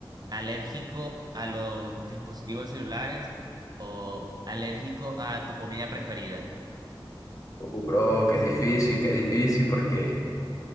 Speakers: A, on the right; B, on the left.
A: alérgico a los dispositivos celulares o alérgico a tu comida preferida?
B: Uh, bro, qué difícil, qué difícil, porque